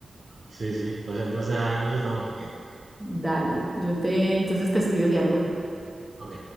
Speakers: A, on the right; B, in the centre.
A: Sí, sí. Pues entonces ahí nos estamos viendo.
B: Dale, yo te, entonces te escribo si algo.
A: Ok.